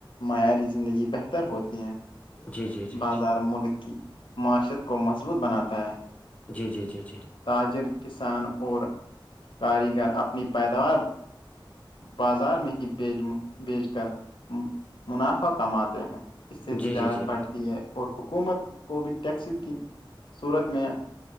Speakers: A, on the left; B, on the left.
A: معیاری زندگی بہتر ہوتی ہے
B: جی جی جی جی
A: بازار ملک کی معیشت کو مضبوط بناتا ہے
B: جی جی جی جی
A: تاجر کسان اور کاریگر اپنی پیداوار بازار میں ہی بیچ بیچ کر منافع کماتے ہیں اس سے
B: جی
A: تجارت بڑھتی ہے اور حکومت کو بھی ٹیکس کی صورت میں